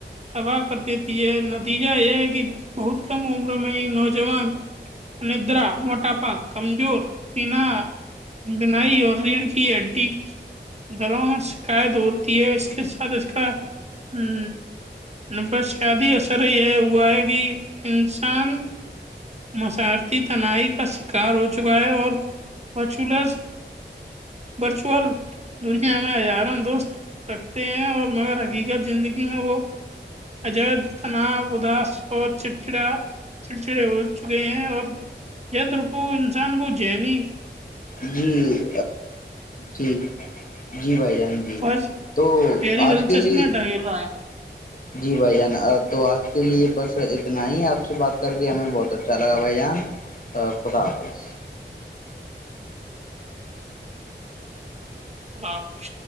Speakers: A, on the right (about 35°); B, on the left (about 50°).
A: تباہ کر دی ت یہ نتیجہ یہ ہے کہ بہت کم عمر میں یہ نوجوان ندرا موٹا پااک کمزور پنا بنائی اور ریڑھ کی ہڈی گروں میں شکایت ہوتی ہے اس کے دس کا ہاں ان پر سیاادی اثر یہ ہے ہوا ہے کہ انسان مسارتی تنائی کا شکار ہو چکا ہے اور وچس ورچوئل دنیا میں ہزارہ دوست ہیں اور مگر حقیقت زندگی میں وہ اجید تناؤ اداس اور چٹڑا چڑچڑے ہو چکے ہیں اور ترپو انسان کو نی
B: جی جی جی بھائی جان جی
A: فرض
B: تو
A: گہری
B: آج
A: دلچسپ
B: کے لیے
A: میں ڈھیر رہا ہے
B: جی بھائی جان تو آج کے لیے بس اتنا ہی آپ سے بات کر کے ہمیں بہت اچھا لگا بھائی جان خدپس
A: اللہپش